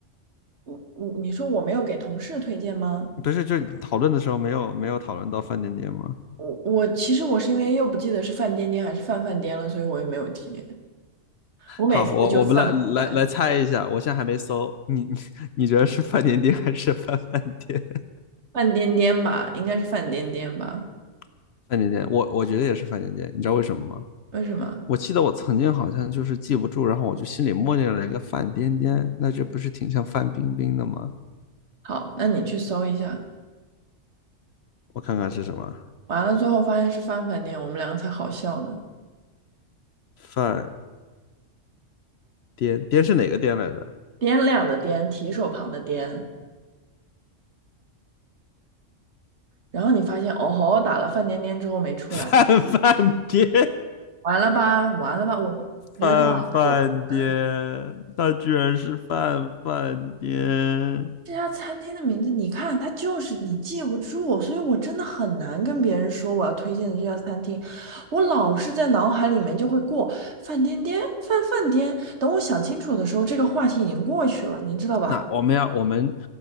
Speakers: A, on the right; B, on the left.
A: 我我你说我没有给同事推荐吗？
B: 不是，就是讨论的时候没有没有讨论到范颠颠吗？
A: 我我其实我是因为又不记得是范颠颠还是范范颠了，所以我也没有提。我每次就犯不出来，
B: 好，我我们来来来猜一下，我现在还没搜，你你 <laughs> 你觉得是范店店还是范饭店？
A: 范颠颠吧，应该是范颠颠吧？
B: <laughs> 范店店，我我觉得也是范店店，你知道为什么吗？
A: 为什么？
B: 我记得我曾经好像就是记不住，然后我就心里默念了一个范颠颠，那这不是挺像范冰冰的吗？
A: 好，那你去搜一下。
B: 我看看是什么，
A: 完了，最后发现是范范颠，我们两个才好笑呢。
B: 范颠颠是哪个颠来着？
A: 掂量的掂，提手旁的掂，然后你发现哦吼，打了范颠颠之后没出来，
B: <laughs> 范范颠，
A: 完了吧，完了吧，我知道，
B: 范范颠，
A: 果然。
B: 他居然是范范颠。
A: 这家餐厅的名字，你看，它就是你记不住，所以我真的很难跟别人说我要推荐的这家餐厅。我老是在脑海里面就会过饭颠颠”“饭饭颠”，等我想清楚的时候，这个话题已经过去了，你知道吧？
B: 那我们要我们